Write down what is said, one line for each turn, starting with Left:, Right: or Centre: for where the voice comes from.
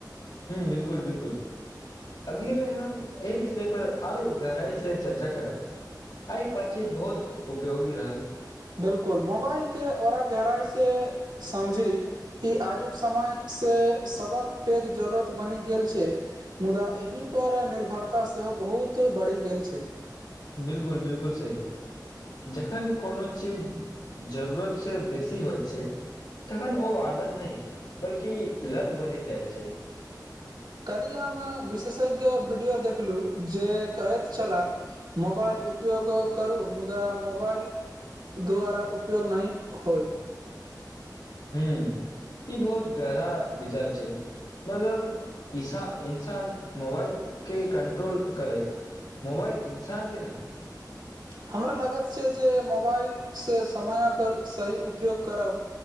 Left: हूँ बिल्कुल बिलकुल अगली बेर हम एहि विषय पर आरो गहराई से चर्चा करब। आइ बतचीत बहुत उपयोगी रहल।
Right: बिल्कुल मोबाइल के औरा गहराइ से समझी ई आजुक समय से सबहक पैघ जरूरत बनि गेल छै। मुदा एहि पर निर्भरता सेहो बहुत बढ़ि गेल छै।
Left: बिल्कुल बिल्कुल सही। जखन कोनो चीज जरूरतसँ बेसी होइत छै तखन ओ आदत नै बल्कि लद बनि जाइत छै।
Right: कल्हि हम विशेषज्ञ वीडियो देखलु जे कहैत छला मोबाइल उपयोग करू मुदा मोबाइल द्वारा उपयोग नहि होय।
Left: हूँ ई बहुत गहरा विचार छै। मतलब इसा इन्सान मोबाइलके कंट्रोल करै मोबाइल इन्सान के नै
Right: हमरा लगत से जे मोबाइलसे समयक सही उपयोग करब